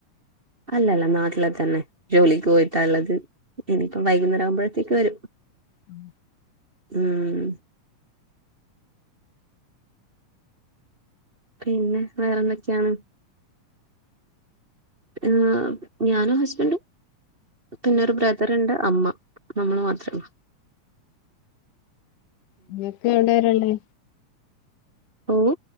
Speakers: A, on the right; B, on the left.
A: അല്ലല്ല നാട്ടില് തന്നെ ജോലിക്ക് പോയിട്ടാള്ളത് ഇനിപ്പ വൈകുന്നേരം ആവുമ്പഴത്തേക്ക് വരും
B: ഉം
A: ഉം പിന്നെ വേറെന്തെക്കെയാണ് ആഹ് ഞാനും ഹസ്ബന്റും പിന്നൊരു ബ്രദറ്ണ്ട് അമ്മ നമ്മള് മാത്രള്ളൂ
B: ഇങ്ങക്ക് അവിടാരള്ളേ
A: ഓഹ്